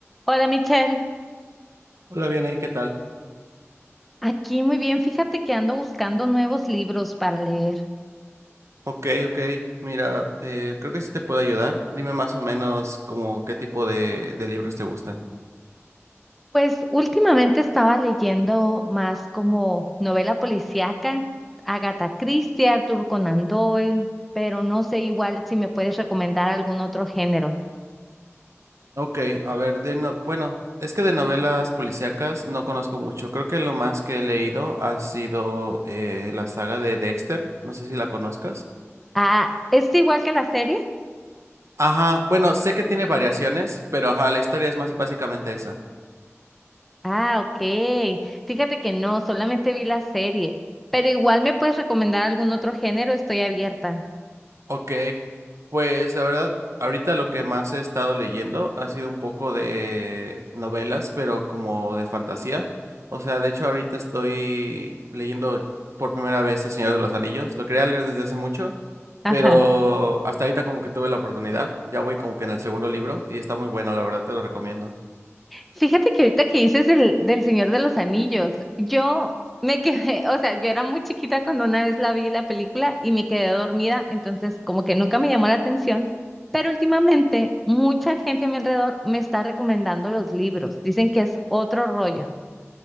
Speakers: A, in the centre; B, on the right.
A: Hola Michelle,
B: Hola, bien ahí, ¿qué tal?
A: aquí muy bien. Fíjate que ando buscando nuevos libros para leer.
B: Ok, ok. Mira, eh, creo que sí te puedo ayudar. Dime más o menos como qué tipo de, de libros te gustan.
A: Pues últimamente estaba leyendo más como novela policíaca, Agatha Christie, Arthur Conan Doyle, pero no sé igual si me puedes recomendar algún otro género.
B: Ok, a ver, de no, bueno, es que de novelas policíacas no conozco mucho. Creo que lo más que he leído ha sido eh, la saga de Dexter. No sé si la conozcas.
A: Ah, ¿es igual que la serie?
B: Ajá, bueno, sé que tiene variaciones, pero ajá, la historia es más básicamente esa.
A: Ah, ok. Fíjate que no, solamente vi la serie, pero igual me puedes recomendar algún otro género, estoy abierta.
B: Ok, pues la verdad, ahorita lo que más he estado leyendo ha sido un poco de novelas, pero como de fantasía. O sea, de hecho ahorita estoy leyendo por primera vez El Señor de los Anillos. Lo quería leer desde hace mucho,
A: Ajá.
B: pero hasta ahorita como que tuve la oportunidad. Ya voy como que en el segundo libro y está muy bueno, la verdad te lo recomiendo.
A: Fíjate que ahorita que dices del, del Señor de los Anillos, yo me quedé, <laughs> o sea, yo era muy chiquita cuando una vez la vi la película y me quedé dormida, entonces como que nunca me llamó la atención, pero últimamente mucha gente a mi alrededor me está recomendando los libros, dicen que es otro rollo.